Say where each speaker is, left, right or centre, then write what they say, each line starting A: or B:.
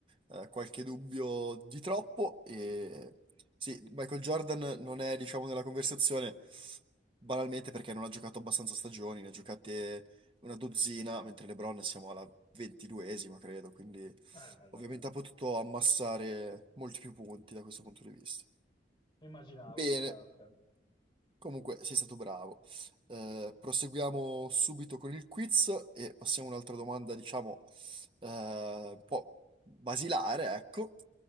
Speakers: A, on the right; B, on the left.
A: eh, qualche dubbio di troppo. E... Sì, Michael Jordan non è, diciamo, nella conversazione banalmente perché non ha giocato abbastanza stagioni, ne ha giocate una dozzina, mentre LeBron siamo alla ventiduesima, credo, quindi
B: allora,
A: ovviamente ha potuto
B: sì.
A: ammassare molti più punti da questo punto di vista.
B: Immaginavo,
A: Bene.
B: chiaro, chiaro.
A: Comunque, sei stato bravo. Eh, proseguiamo subito con il quiz e passiamo a un'altra domanda, diciamo, eh, un po' basilare, ecco.